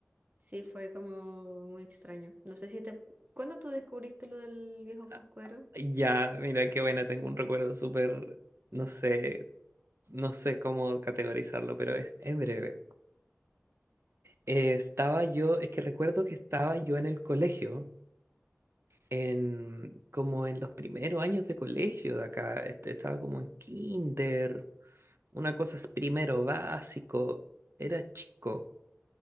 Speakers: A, on the right; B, on the right.
A: Sí, fue como muy extraño. No sé si te... ¿Cuándo tú descubriste lo del viejo
B: Ah,
A: Pascuero?
B: Ya, mira qué buena, tengo un recuerdo súper, no sé, no sé cómo categorizarlo, pero es, es breve. Eh, estaba yo, es que recuerdo que estaba yo en el colegio en, como en los primeros años de colegio de acá, este, estaba como en kinder, una cosa es primero básico, era chico,